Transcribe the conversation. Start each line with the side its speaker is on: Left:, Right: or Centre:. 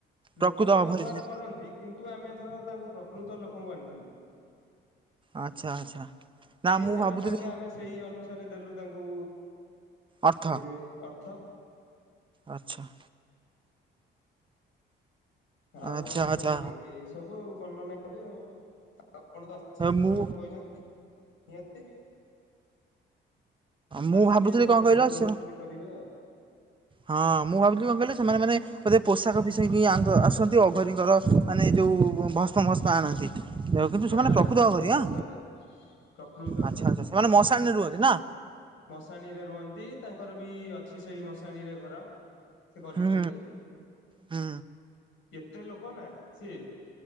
Right: ପ୍ରକୃତ
Left: ଲୋକ ତ
Right: ଅଭରି
Left: ବ୍ୟବହାର
Right: ଯେ
Left: କରନ୍ତି। କିନ୍ତୁ ଆମେ ଏଥର ତାଙ୍କ ପ୍ରକୃତ ଲୋକଙ୍କୁ ଆଣିଥିଲୁ।
Right: ଆଚ୍ଛା ଆଚ୍ଛା। ନା
Left: ସିଏ
Right: ମୁଁ
Left: ଯାହା
Right: ଭାବୁଥିଲି
Left: କହିଲେ ଆମେ ସେଇ ଅନୁସାରେ ଦେଲୁ ତାଙ୍କୁ
Right: ଅର୍ଥ
Left: ଏ ଅର୍ଥ।
Right: ଆଚ୍ଛା।
Left: ଆଉ
Right: ଆଚ୍ଛା
Left: ବନ୍ଧୁ
Right: ଆଚ୍ଛା।
Left: କଣ କହିବି ଏଇ ସବୁ ଆଉ ବର୍ଣ୍ଣନା କଲି ଆଉ ଆପଣ ତ ଆସିବେ ଏଥର
Right: ମୁଁ
Left: କହିଚ ନ୍ତି ନିହାତି
Right: ମୁଁ
Left: ଆସିକି
Right: ଭାବୁଥିଲି
Left: ଏଥରକ
Right: କଣ କହିଲ
Left: ଟିକେ ବୁଲା
Right: ସେ
Left: ବୁଲି କରିବେ ଆଉ।
Right: ହଁ ମୁଁ ଭାବିଲି କଣ କହିଲେ ସେମାନେ ମାନେ ବୋଧ ପୋଷାକ ପିଷାକି ଆଣୁଚ ଆସୁଚନ୍ତି ଅଘୋରୀଙ୍କର ମାନେ ଯୋଉ ଭସ୍ମ ଫସ୍ମ ଆଣନ୍ତି। ଏ କିନ୍ତୁ
Left: ନା
Right: ସେମାନେ ପ୍ରକୃତ
Left: ବନ୍ଧୁ
Right: ଅଘୋରୀ
Left: ସେ ସତରେ
Right: ଆଁ
Left: ପ୍ରକୃତ।
Right: ଆଚ୍ଛା ଆଚ୍ଛା ସେମାନେ ମଶାଣି ରୁହନ୍ତି ନା।
Left: ମଶାଣିରେ ରୁହନ୍ତି ତାଙ୍କର ବି ଅଛି ସେଇ ମଶାଣିରେ ଘର ସେ କରିଚନ୍ତି।
Right: ହୁଁ ହୁଁ
Left: କେତେ ଲୋକ ନା ସିଏ।